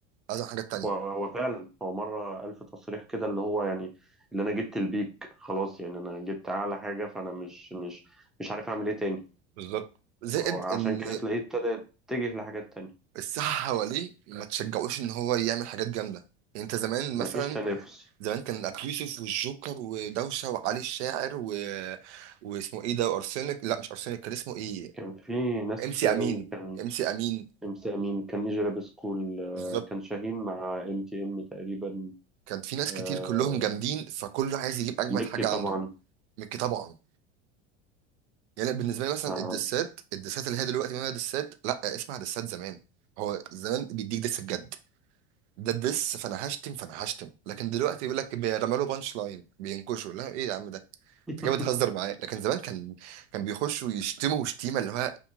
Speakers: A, on the right; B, in the centre.
A: عايز أعمل حاجات تانية
B: هو هو فعلا هو مرة ألف تصريح كده اللي هو يعني اللي انا جبت البيك خلاص يعني انا جبت اعلى حاجة فانا مش مش مش عارف اعمل ايه تاني
A: بالظبط زائد
B: هو عشان
A: ان
B: كده تلاقيه ابتدى يتجه لحاجات تانية
A: الساحه حواليه ما تشجعوش ان هو يعمل حاجات جامده يعني انت زمان مثلا
B: مفيش تنافس
A: زمان كان ابي يوسف والجوكر ودوشه وعلي الشاعر و... واسمه ايه ده وارسنك لا مش ارسنك كان اسمه ايه
B: كان في ناس
A: ام
B: كتير
A: سي امين
B: قوي كان
A: ام سي امين
B: ام سي امين كان يجي لابس كول آه،
A: بالظبط
B: كان شاهين مع ام تي ام تقريبا
A: كان في ناس
B: آه،
A: كتير كلهم جامدين فكله عايز يجيب اجمد
B: ميكي
A: حاجه
B: طبعا
A: عنده مكي طبعا يعني بالنسبه لي مثلا
B: مع-
A: الدسات الدسات اللي هي دلوقتي ما هي دسات لا اسمها دسات زمان هو زمان بيديك دس بجد ده الدس فانا هشتم فانا هشتم لكن دلوقتي بيقول لك بيرمى له بانش لاين بينكشوا لا ايه يا عم ده
B: <laughs>
A: انت كده بتهزر معايا لكن زمان كان كان بيخشوا يشتموا شتيمه اللي هو